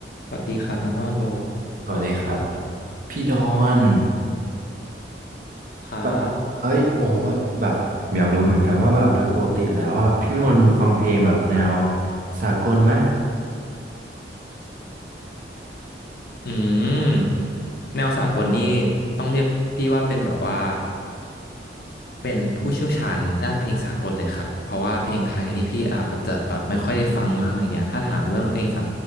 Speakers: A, on the left; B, on the right.
A: สวัสดีครับน้องว่าโล
B: สวัสดีครับพี่ดอน
A: ครับ
B: แบบเอ้ยโอ้ยแบบอยากรู้เหมือนกันว่าแบบโดยปกติแล้วอ่ะพี่เป็นคนฟังเพลงแบบแนวสากลไหม
A: อืมแนวสากลนี่ต้องเรียกพี่ว่าเป็นแบบว่าเป็นผู้เชี่ยวชาญด้านเพลงสากลเลยครับเพราะว่าเพลงไทยนี่พี่อาอาจจะแบบไม่ค่อยได้ฟังมากอะไรเงี้ยถ้าถามเรื่องเพลงสา